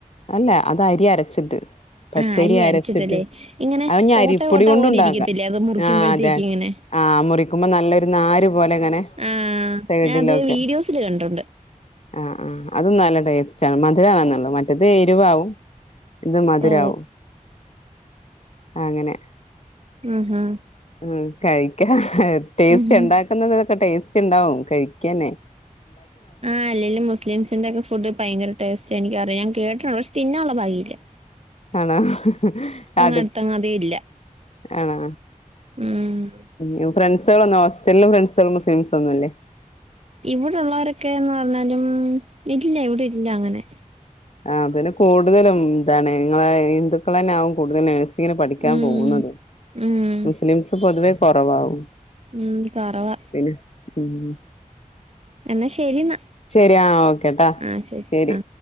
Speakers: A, on the left (about 50°); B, on the right (about 50°).
A: അല്ല അത് അരി അരച്ചിട്ട് പച്ചയ്രി
B: ആ അരി
A: അരച്ചിട്ട്.
B: അരച്ചിട്ടല്ലേ ഇങ്ങനെ
A: അഹ്ഞ് അരിപ്പൊടി
B: ഓട്ട ഓട്ട
A: കൊണ്ടു
B: പോലെ
A: ഉണ്ടാക്കാ
B: ഇരിക്കത്തില്ലേ അത് മുറിക്കുമ്പോഴത്തേക്ക്
A: ആഹ് അതെ
B: ഇങ്ങനെ
A: ആഹ് മുറിക്കുമ്പോ നല്ലൊരു നാരു പോലെ ഇങ്ങനെ
B: ആ
A: സൈഡിലൊക്കെ
B: ഞാൻ അത് വീഡിയോസില് കണ്ടിട്ടുണ്ട്
A: ആഹ് ആഹ് അതും നല്ല ടേസ്റ്റ് ആണ് മധുരാണെന്നൊള്ളോ മറ്റത് എരുവാവും ഇത് മധുരാവും
B: ഓ
A: അങ്ങനെ
B: ആഹ് ഹാ
A: ഉം കഴിക്കാ ടേസ്റ്റ്
B: ഉം
A: ഉണ്ടാക്കുന്നതൊക്കെ ടേസ്റ്റ് ഉണ്ടാവും കഴിക്കാനേ
B: ആഹ് അല്ലെലും മുസ്ലിം സിന്റെ ഒക്കെ ഫുഡ് ഭയങ്കര ടേസ്റ്റ എനിക്ക അറിയ ഞാൻ കേട്ട് പ ത്തിന്നാള്ള ഭാഗ്യയില്ല
A: ആണോ അട്
B: അടുത്തെങ്ങും അതേ ഇല്ല
A: ആണോ
B: ഉം
A: ഉം ഫ്രണ്ട്സെളൊന്നും ഹോസ്റ്റല് ഫ്രണ്ട്സേള് മുസ്ലിംസ് ഒന്നുല്ലേ?
B: ഇവിടുള്ളോരൊക്കെന്ന് പറഞ്ഞാലും ഇല്ല ഇവിടെ ഇല്ല അങ്ങനെ
A: ആഹ് പിന്നെ കൂടുതലും ഇന്താണ് ഇങ്ങളെ ഹിന്ദുക്കളന്നെ ആവും കൂടുതലും നെ ങ്ങിന് പഠിക്കാൻ
B: ഉം
A: പോകുന്നത്.
B: ഉം
A: മുസ്ലിംസ് പൊതുവേ കൊറവാവും
B: ഉം കൊറവാ
A: പിന്നെ ഉം
B: എന്നാ ശരിന്നാ
A: ശരി ആഹ് ഓക്കേട്ടാ
B: ആ
A: ശരി
B: ആ